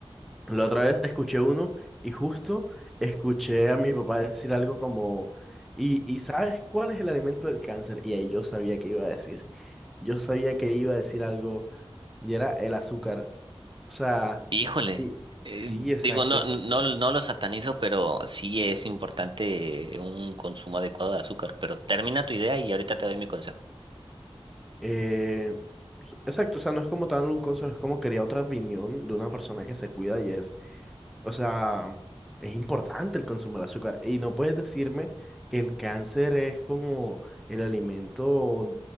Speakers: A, in the centre; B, on the right.
A: La otra vez escuché uno y justo escuché a mi papá decir algo como, ¿y, y sabes cuál es el alimento del cáncer? Y ahí yo sabía que iba a decir, yo sabía que iba a decir algo y era el azúcar. O sea,
B: Híjole.
A: y-
B: Eh,
A: sí, exacto.
B: digo, no, no, no lo satanizo, pero sí es importante un consumo adecuado de azúcar. Pero termina tu idea y ahorita te doy mi consejo.
A: Eh, s- exacto, o sea, no es como tal un consejo, es como quería otra opinión de una persona que se cuida y es, o sea, es importante el consumo del azúcar y no puedes decirme que el cáncer es como el alimento,